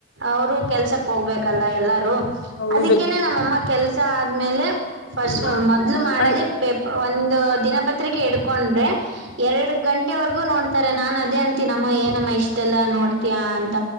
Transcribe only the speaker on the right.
ಅವರು ಕೆಲ್ಸಕ್ ಹೋಗ್ಬೇಕಲ್ಲ ಎಲ್ಲಾರು
ಅದಕ್ಕೇನೆ ನಮ್ಮಅಮ್ಮ ಕೆಲ್ಸ ಆದ್ಮೇಲೆ ಫಸ್ಟ್
ಮೊದ್ಲು ಮಾಡದೆ
ಪೇ ಒಂದು ದಿನಪತ್ರಿಕೆ ಇಡ್ಕೊಂಡ್ರೆ ಎರಡ್ ಗಂಟೆವರೆಗೂ ನೋಡ್ತಾರೆ ನಾಾನನ್ ಅದೇ ಅಂತೀಮ್ಮ ಏನಮ್ಮ ಇಷ್ಟೆಲ್ಲಾ ನೋಡ್ತಯ ಅಂತ